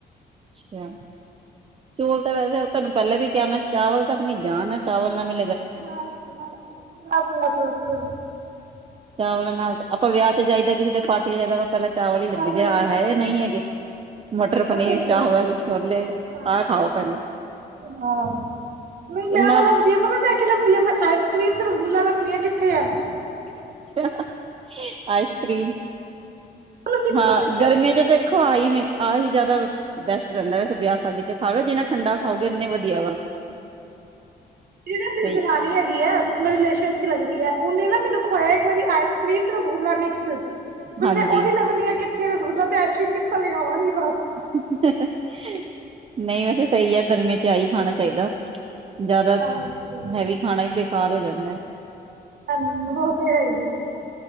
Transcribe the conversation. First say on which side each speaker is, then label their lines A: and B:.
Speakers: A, on the right; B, on the right.
A: ਕਿਹਾ <inaudible> ਚੌਲ ਤਾਂ ਵੈਸੇ ਤੁਹਾਨੂੰ ਪਹਿਲਾਂ ਵੀ ਕਿਹਾ ਮੈਂ ਚਾਵਲ ਤਾਂ ਆਪਣੀ ਜਾਨ ਹੈ, ਚਾਵਲ ਨਾਲ ਮੈਂ
B: ਬਸ- ਬਸ- ਬਸ- ਬਸ- ਬਸ।
A: ਚਾਵਲਾਂ ਨਾਲ ਆਪਾਂ ਵਿਆਹ ਚ ਜਾਈਦਾ ਕਿਸੇ ਦੇ ਪਾਰਟੀ ਚ ਜਾਦਾ ਪਹਿਲਾਂ ਚਾਵਲ ਹੀ ਲੱਭੀ
B: ਸਾਰਾ
A: ਦੇ ਆ, ਹਾਏ- ਹਾਏ ਨਹੀਂ ਹੈਗੇ ਮਟਰ ਪਨੀਰ,
B: ਸਹੀ
A: ਚਾਵਲ
B: ਗੱਲ ਹੈ
A: ਛੋਲੇ
B: ਹਾਂ
A: ਆ ਖਾਓ ਪਹਿਲਾ
B: ਹਾਂ ਨਹੀਂ ਮੈਂ
A: ਇਨਾਂ
B: ਉਹ ਲੱਭਦੀ ਆ ਪਤਾ ਮੈਂ ਕੀ ਮੈਂ ਆਈਸ ਕਰ੍ਰੀਮ ਤੇ ਰਸਗੁੱਲਾ ਦੁਨੀਆ ਕਿੱਥੇ ਆ
A: <unintelligible> ਆਈਸ ਕਰ੍ਰੀਮ
B: ਉਹ ਲੱਭਦੀ
A: ਹਾਂ ਗਰਮੀਆਂ ਚ
B: ਆ
A: ਦੇਖੋ ਆਈ ਆਹੀ ਜ਼ਿਆਦਾ ਬੈਸਟ ਰਹਿੰਦਾ ਵਸੇ ਵਿਆਹ ਸ਼ਾਦੀ ਚ ਖਾਵੇ ਜਿੰਨਾ ਠੰਡਾ ਖਾਓਗੇ ਇਨੇ ਵਧੀਆ ਵਾ।
B: ਇਹ
A: ਬਈ
B: ਦਰਾਣੀ ਹੈਗੀ ਆ। ਮੇ ਰਿਲੇਸ਼ਨ ਚ ਲਗਦੀ ਹੈ ਉਹਨੇ ਨਾ ਮੈਨੂੰ ਖੁਆਇਆ ਇੱਕ ਵਾਰੀ ਆਈਸ ਕਰ੍ਰੀਮ ਤੇ ਰਸੂਲਾ ਮਿਕਸ ਹੁਣ
A: ਹਾਂਜੀ
B: ਮੈਂ ਉਹੀ ਲਭਨੀ ਹ ਕਿ <unintelligible>
A: <inaudible> ਨਹੀਂ ਵੈਸੇ ਸਹੀ ਆ ਗਰਮੀਆਂ ਚ ਆ ਹੀ ਖਾਣਾ ਚਾਹੀਦਾ। ਜ਼ਿਆਦਾ
B: ਹਾਂਜੀ
A: ਹੈਵੀ ਖਾਣਾ ਵੀ ਦੇਖ <unintelligible> ਜਾਂਦਾ।
B: ਓਹ ਤੇ ਹੈ ਹੀ ਹੈ